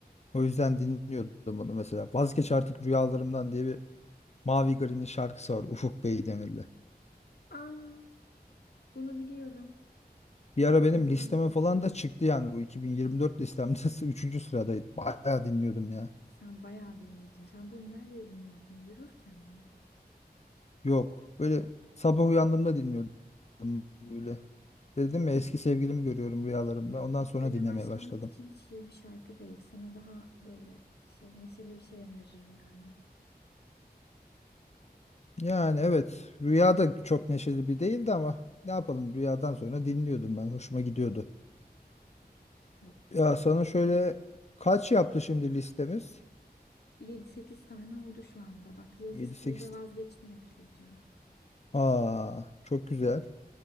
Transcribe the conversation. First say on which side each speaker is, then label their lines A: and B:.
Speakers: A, on the left; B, on the left.
A: O yüzden dinliyordum onu mesela. Vazgeç artık rüyalarımdan diye bir Mavi Gari'nin şarkısı var Ufuk Beydemirli.
B: Aa, bunu biliyorum.
A: Bir ara benim
B: Bildiğimde.
A: listeme falan da çıktı yani bu 2024 listemde <laughs> üçüncü sıradaydı. Bayağı dinliyordum ya.
B: Sen bayağı dinledin. Sen bunu nerede dinliyordun? Yürürken mi?
A: Yok böyle sabah uyandığımda dinliyordum böyle.
B: Hmm,
A: Dedim ya eski sevgilimi görüyorum rüyalarımda.
B: Ya
A: Ondan sonra
B: güne
A: dinlemeye
B: başlamak
A: başladım.
B: için hiç iyi bir şarkı değil. Sana daha böyle şey neşeli bir şey öneririm yani.
A: Yani evet rüyada çok neşeli bir değildi ama ne yapalım rüyadan sonra dinliyordum ben. Hoşuma gidiyordu.
B: Yok,
A: Ya
B: sağlıklı
A: sana şöyle
B: değil.
A: kaç yaptı şimdi listemiz?
B: Yedi sekiz tane oldu şu anda. Bak Yıldız
A: yedi sekiz.
B: Tilbe vazgeçtim ekleyeceğim.
A: Aa çok güzel.